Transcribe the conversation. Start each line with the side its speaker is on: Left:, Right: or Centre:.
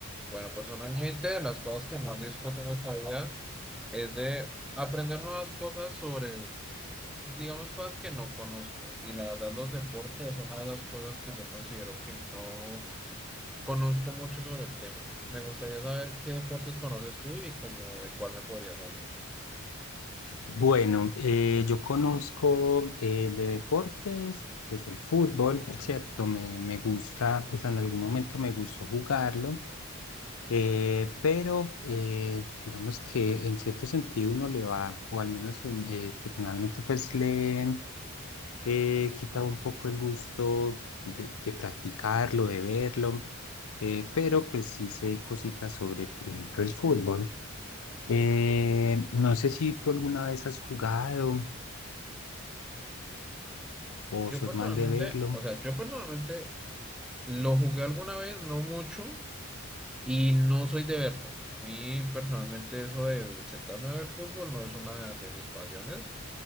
Centre: Bueno, personalmente, de las cosas que más disfruto en nuestra vida es de aprender nuevas cosas sobre, digamos, cosas que no conozco. Y la verdad, los deportes son una de las cosas que yo considero que no conozco mucho sobre el tema. Me gustaría saber qué deportes conoces tú y como de cuál me podrías hablar.
Left: Bueno, eh, yo conozco eh, de deportes, pues el fútbol, ¿cierto? Me, me gusta, pues en algún momento me gustó jugarlo, eh, pero eh, digamos que en cierto sentido uno le va, o al menos en- eh, personalmente, pues le he quitado un poco el gusto de, de practicarlo, de verlo. Eh, pero pues sí sé cositas sobre, por ejemplo, el fútbol. Eh, no sé si tú alguna vez has jugado o
Centre: Yo
Left: sos
Centre: personalmente,
Left: más de verlo.
Centre: o sea, yo personalmente lo jugué alguna vez, no mucho, y no soy de verlo. A mí personalmente eso de sentarme a ver fútbol no es una de mis pasiones.